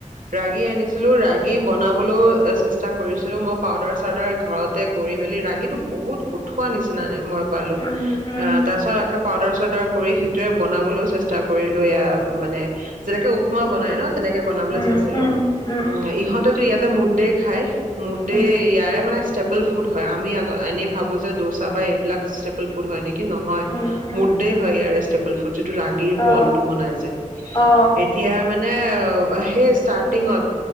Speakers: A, on the right; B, on the left.
A: ৰাগী আনিছিলো ৰাগি বনাবলৈও চেষ্টা কৰিছিলোঁ মই পাউদাৰ চাউদাৰ ঘৰতে কৰি মেলি ৰাগীটো বহুত কঠুৱা নিচিনা মই পালো
B: উম
A: অ
B: উম
A: তাৰ পাছত পাউদাৰ চাউদাৰ কৰি সেইটোৱে বনাবলৈও চেষ্টা কৰিলো এয়া মানে যেনেকে উমা বনাই ন তেনেকে বনাবলৈ
B: উম
A: চাইছিলো
B: উম উম
A: অ ইহঁতেতো ইয়াতে মুদ দেই খাই মুদ দেই
B: উম
A: ইয়াৰে মানে ষ্টেপল ফুড হয় আমি আ এনেই ভাবো যে দোচা বা এইবিলাক ষ্টেপল ফুড হয় নেকি নহয়
B: উম উম উম
A: মুদ দেই হয় ইয়াৰে ষ্টেপল ফুড- যিটো ৰাগীৰ
B: অ
A: বলটো বনাই যে।
B: অ
A: এতিয়া মানে সেই ষ্টাৰটিঙত